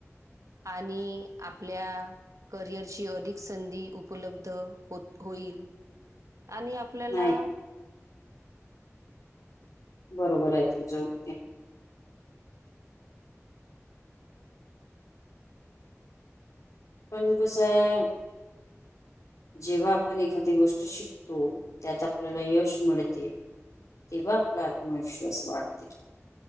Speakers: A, on the right; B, on the left.
A: आणि आपल्या करिअर ची अधिक संधी उपलब्ध होत होईल आणि आपल्याला
B: नाही बरोबर आहे तुमचं, ते. पण कसं आहे जेव्हा आपण एखादी गोष्ट शिकतो, त्यात आपल्याला यश मिळते तेव्हा आपला आत्मविश्वास, वाढतील